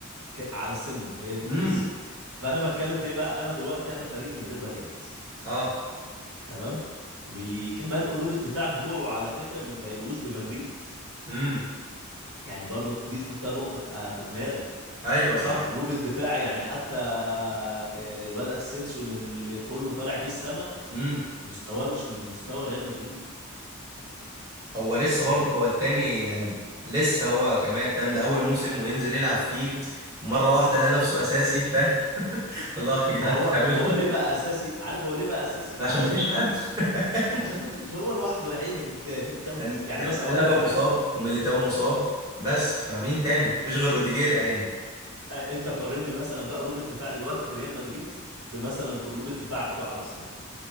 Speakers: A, on the right; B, on the right.
A: ك- على سنه هي دي القصه
B: امم
A: فانا بتكلم في ايه بقى انا دلوقتي انا فريق من غير باكات
B: اه
A: تمام وكمان قلوب الدفاع بتوعه على فكره ما ما يلقوش بمدريد
B: امم
A: يعني برضو دي تحطها نقطه في آه، في دماغك
B: ايوه
A: يعني
B: صح
A: قلوب الدفاع يعني حتى آه، الواد اسينسيو اللي اللي كله طالع بيه السما
B: امم
A: مستواه مش من مستوى ريال مدريد
B: هو لسه برضه
A: يعني
B: هو التاني يعني لسه هو كمان فاهم ده اول موسم وينزل يلعب فيه مره واحده لقى نفسه اساسي فاهم <laughs> الله يا جدعان
A: ما هو
B: انتوا بتعملوا
A: هو ليه بقى
B: إيه؟
A: اساسي عارف هو ليه بقى اساسي
B: ده عشان
A: علشان
B: ما فيش
A: ما فيش
B: حد <laughs>
A: عشان ما فيش هو لوحده يا عيني في الد... في الكوكب
B: كان
A: يعني
B: كان
A: مثلا
B: قلابه
A: اقول لك على
B: مصاب
A: حاجه
B: وميليتاو مصاب بس فمين تاني مفيش غير روديجير يا عيني
A: آه، انت قارن لي مثلا بقى قلوب الدفاع دلوقتي في ريال مدريد بمثلا بقلوب الدفاع بتوع ارسنال